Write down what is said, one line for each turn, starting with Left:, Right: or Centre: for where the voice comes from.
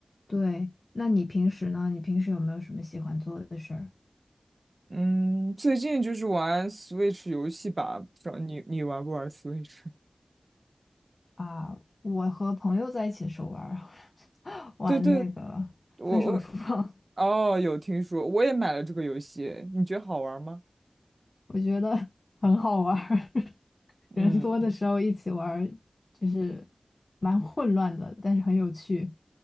Left: 对，那你平时呢？你平时有没有什么喜欢做的事儿
Right: 嗯，最近就是玩 Switch 游戏吧，不知道你你玩不玩 Switch？
Left: 啊？我和朋友在一起的时候玩儿，<laughs> 玩那个分手厨房，
Right: 对对，我我哦有听说，我也买了这个游戏，你觉得好玩吗？
Left: 我觉得很好玩儿。<laughs>
Right: 嗯
Left: 人多的时候一起玩儿，
Right: <laughs>
Left: 就是蛮混乱的，但是很有趣。